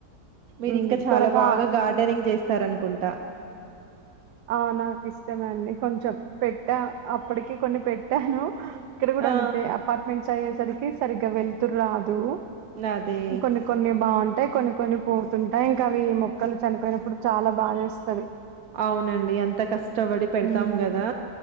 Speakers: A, on the right (about 65°); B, on the right (about 85°).
A: మీరి
B: మ్మ్
A: ఇంకా చాలా
B: త్వరగా
A: బాగా
B: అన్
A: గార్డెనింగ్ చేస్ తరనుకుంటా.
B: ఆ నాకు ఇష్టమే అండి, కొంచెం పెట్టా అప్పటికి కొన్ని పెట్టాను ఇక్కడ కూడా
A: ఆ
B: అంతే అపార్ట్మెంట్స్ అయ్యేసరికి సరిగ్గా వెళ్తురు రాదు.
A: అదే
B: కొన్ని కొన్ని బాం టే కొన్ని కొన్ని పోతుంటాయి ఇంకా అవి మొక్కలు చనిపోయినప్పుడు చాలా బాగా ఏస్తది.
A: అవునండి ఎంత కష్ ష్టబడి పెడతాం
B: ఉమ్
A: కదా